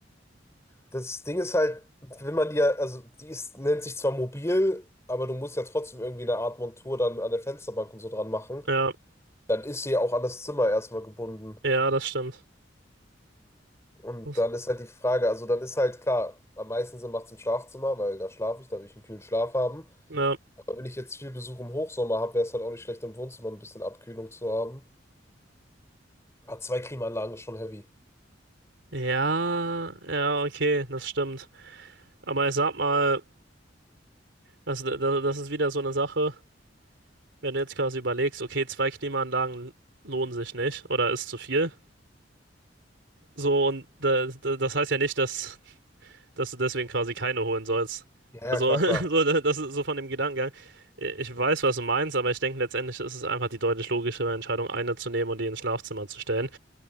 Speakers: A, on the left; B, on the right.
A: Das Ding ist halt, wenn man die ja, also die ist, nennt sich zwar mobil, aber du musst ja trotzdem irgendwie eine Art Montur dann an der Fensterbank und so dran machen.
B: Ja,
A: Dann ist sie ja auch an das Zimmer erstmal gebunden.
B: ja, das stimmt.
A: Und
B: Das,
A: dann ist halt die Frage, also dann ist halt klar, am meisten Sinn macht es im Schlafzimmer, weil da schlafe ich, da will ich einen kühlen Schlaf haben.
B: ja.
A: Aber wenn ich jetzt viel Besuch im Hochsommer habe, wäre es halt auch nicht schlecht, im Wohnzimmer ein bisschen Abkühlung zu haben. Aber zwei Klimaanlagen ist schon heavy.
B: Ja, ja, okay, das stimmt. Aber ich sag mal, also, da- da- das ist wieder so eine Sache. Wenn du jetzt quasi überlegst, okay, zwei Klimaanlagen lohnen sich nicht oder ist zu viel. So, und da, da, das heißt ja nicht, dass, dass du deswegen quasi keine holen sollst.
A: Ja,
B: Also,
A: ja, klar,
B: <laughs>
A: klar.
B: so, da- das ist so von dem Gedankengang. Ich weiß, was du meinst, aber ich denke, letztendlich ist es einfach die deutlich logischere Entscheidung, eine zu nehmen und die ins Schlafzimmer zu stellen.